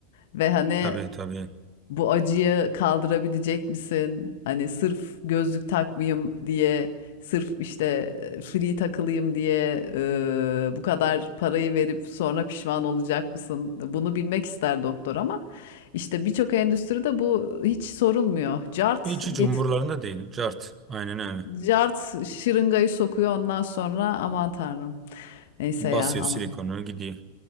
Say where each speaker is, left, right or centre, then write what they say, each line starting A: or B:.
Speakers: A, on the left; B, on the right.
A: Ve hani
B: Tabii tabii.
A: bu acıyı kaldırabilecek misin? Hani sırf gözlük takmayayım diye, sırf işte free takılayım diye e, bu kadar parayı verip sonra pişman olacak mısın? Bunu bilmek ister doktor ama işte birçok endüstride bu hiç sorulmuyor. Cart
B: Hiç hiç
A: get,
B: umurlarında değil. Cart. Aynen öyle.
A: cart şırıngayı sokuyor ondan sonra aman tanrım. Neyse
B: Basıyor
A: ya aman.
B: silikonu gidiyor.